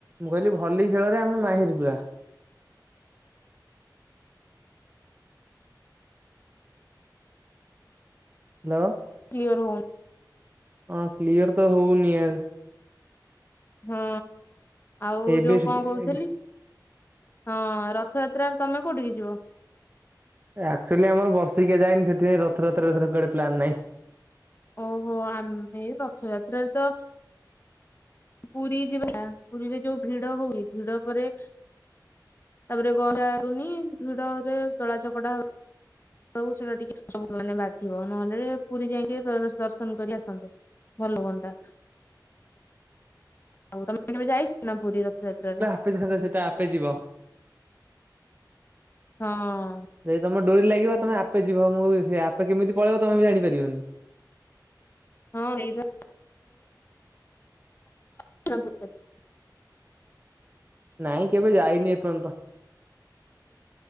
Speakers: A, on the right (about 25°); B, on the left (about 30°).
A: ମୁଁ କହିଲି ଭଲି ଖେଳରେ ଆମେ ମାହିର୍ ପୁରା। ହ୍ୟାଲୋ।
B: କ୍ଲିୟର ହଉ
A: ହଁ କ୍ଲିୟର ତ ହଉ ନିି ୟାର।
B: ହଁ ଆଉ
A: ଏବେ
B: ଯୋଉ
A: ଶୁଭିଲା
B: କଣ କହୁଥିଲି
A: ଏବେ।
B: ହଁ ରଥଯାତ୍ରାରେ ତମେ କୋଉଠିକି ଯିବ?
A: ଆକ୍ଚୁଆଲି ଆମର ବର୍ଷିକିଆ ଯାଇନି ସେଥିପାଇ ରଥଯାତ୍ରାରେ ଏଥର କୁଆଡେ ପ୍ଲାନ୍ ନାହିଁ।
B: ଓହୋ ଆମେ ଏଇ ରଥଯାତ୍ରାରେ ତ ପୁରୀ ଯିବା ପୁରୀରେ ଯୋଉ ଭିଡ ହଉ ଭିଡ ପରେ ତାପରେ ଗରା ଉନି ଭିଡ ରେ ତଳା ଚକଡା ହବ କୁ ସେଟା ଟିକେ ସବୁ ମାନେ ବାଧିବ ନହେଲେ ପୁରୀ ଯାଇକି ଦର୍ଶନ କରି ଆସନ୍ତେ। ଭଲ ହୁଅନ୍ତା, ଆଉ ତମେ କେବେ ଯାଇଛ ନା ପୁରୀ ରଥଯାତ୍ରରେ?
A: <unintelligible> ସେଇଟା ଆପେ ଯିବ।
B: ହଁ।
A: ଯଦି ତମ ଡୋରି ଲାଗିବ ତମେ ଆପେ ଯିବ, ମୁଁ ବି ସେୟା ଆପେ କେମିତି ପଳେଇବ ତମେ ବି ଜାଣିପାରିବନି।
B: ହଁ ସେଇ ପା। <unintelligible>
A: ନାଇଁ କେବେ ଯାଇନି ଏପର୍ଯ୍ୟନ୍ତ